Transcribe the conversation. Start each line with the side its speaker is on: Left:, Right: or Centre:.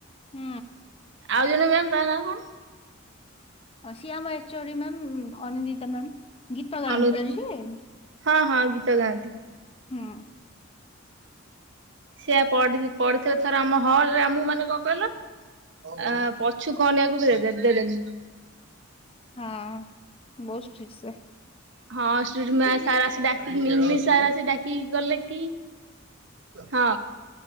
Left: ହୁଁ।
Right: ଆଉ ଜଣେ ମ୍ୟାମ୍ ତା ନା କଣ?
Left: ହଁ ସିଏ ଆମ H O D ma'am Anindita ma'am. ଗୀତ ଗାଆନ୍ତି
Right: ଅନୁ
Left: ତ ଯିଏ?
Right: ହଁ ହଁ ଗୀତ ଗାଆନ୍ତି।
Left: ହଁ।
Right: ସିଏ ପଡି ପଡିଥିଲେ ଥରେ ଆମ ହଲରେ ଆମକୁ ମାନେ କଣ କହିଲ? ଆ ପଛୁକୁ ଅନେଇ ଆକୁ ବି ଦେବେ ଦେଲେନି।
Left: ହଁ ବହୁତ ଷ୍ଟ୍ରିଟ ସେ।
Right: ହଁ ଷ୍କ୍ରିଟ ମ୍ୟାଥ୍ ସାର ଆସି ଡ଼ାକି ଇଂଗ୍ଲିଶ୍ ସାର ଆସି ଡାକିକି ଗଲେ କି ହଁ